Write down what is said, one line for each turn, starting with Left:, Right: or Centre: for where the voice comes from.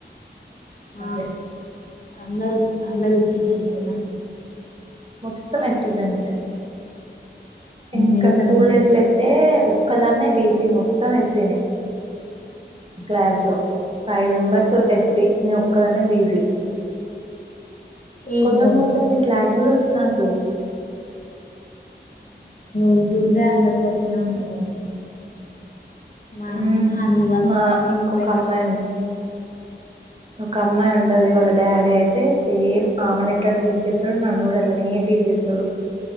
Left: ఆ
Right: ఆఫే
Left: అందరు అందరి ఎస్టీ ఫ్రెండ్స్ ఏనా
Right: మొత్తం ఎస్టి ఫ్రెండ్స్ ఇంకా
Left: వెళ్తారమ్మా
Right: స్కూల్ డేస్ లో అయితే ఒక్కదాన్నే బిసి మొత్తం ఎస్టీనే క్లాస్ లో ఫైవ్ మెంబర్స్ ఎస్టి నేనో ఒక్కదాన్నే బిసి
Left: ఓహో
Right: కొంచెం కొంచెం మీ స్లాగ్ గుడా వొచ్చు నాకు
Left: ఉంటుంటే అందరికి వస్తనే ఉంటది అది మా అమ్మ
Right: మ్మ్.
Left: అందు వాళ్ళ
Right: మా ఇంకొక
Left: పోయినడు
Right: అమ్మాయి ఉంట ఒక అమ్మాయి ఉండది వల్ల డాడీ అయితే సేమ్ ఆమెను ఎట్లా ట్రీట్ చేస్తాడు నన్ను కూడా అట్లనే ట్రీట్ చేస్తాడు